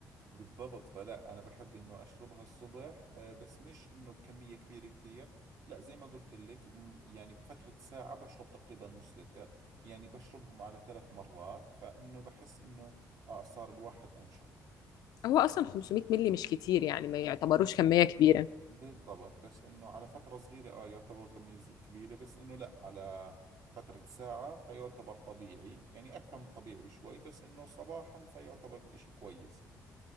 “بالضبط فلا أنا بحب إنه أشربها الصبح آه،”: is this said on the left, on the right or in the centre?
Right